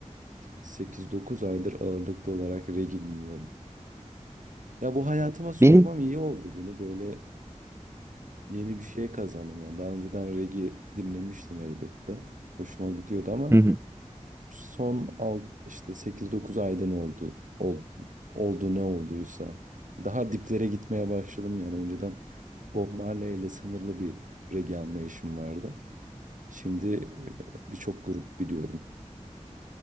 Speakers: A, on the right (about 90°); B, on the right (about 20°).
A: 8-9 aydır ağırlıklı olarak reggae dinliyorum. Ya bu hayatıma sokmam
B: benim
A: iyi oldu bunu böyle Yeni bir şey kazandım yani. Daha önceden reggae dinlemiştim elbette. Hoşuma gidiyordu ama
B: Hı. <laughs>
A: son alt, işte sekiz dokuz ayda ne oldu, ol, oldu ne olduysa daha diplere gitmeye başladım yani. Önceden Bob Marley ile sınırlı bir reggae anlayışım vardı. Şimdi e, birçok grup biliyorum.